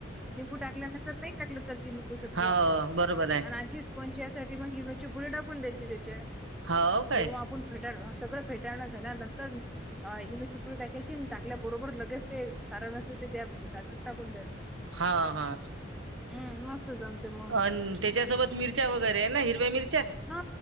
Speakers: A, in the centre; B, on the right.
A: मी गुडकल्या नंतर नाही टाकलो, चलते निंबू सत्व.
B: हाव, बरोबर आहे.
A: आणि आणखी स्पनजी यासाठी मग इनो ची फूडी टाकून द्यायची त्याच्यात.
B: हाव काय.
A: जेव्हा आपण फेटाळ नवं, सगळं फेटाळणं झाल्या नंतर अ इनोची पुडी टाकायची, टाकल्या बरोबर लगेच ते सारंन येतय त्या ताटात टाकून द्यायचं.
B: हा-हा.
A: हम्, मस्त जमतंय मग.
B: अन् त्याच्यासोबत मिरच्या वगैरे आहे ना, हिरव्या मिरच्या.
A: हा,